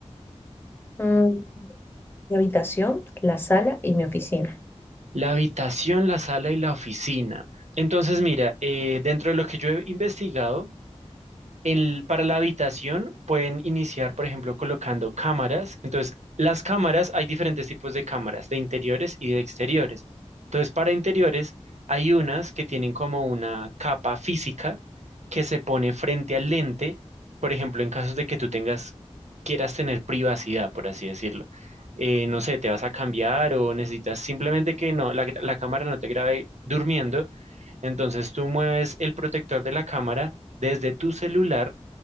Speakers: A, on the left; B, on the right.
A: Mm, Mi habitación, la sala y mi oficina.
B: La habitación, la sala y la oficina. Entonces, mira, eh, dentro de lo que yo he investigado, el- para la habitación pueden iniciar, por ejemplo, colocando cámaras. Entonces, las cámaras, hay diferentes tipos de cámaras, de interiores y de exteriores. Entonces, para interiores, hay unas que tienen como una capa física que se pone frente al lente, por ejemplo, en casos de que tú tengas, quieras tener privacidad, por así decirlo. Eh, no sé, te vas a cambiar o necesitas simplemente que no, la la cámara no te grabe durmiendo. Entonces tú mueves el protector de la cámara desde tu celular